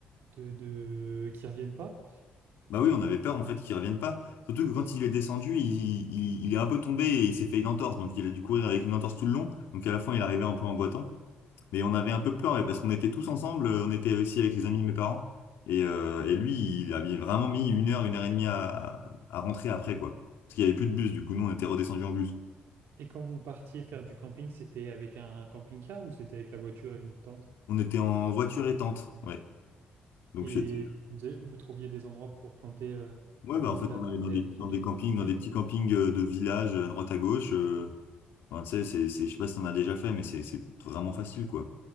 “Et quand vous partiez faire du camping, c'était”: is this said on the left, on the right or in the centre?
Right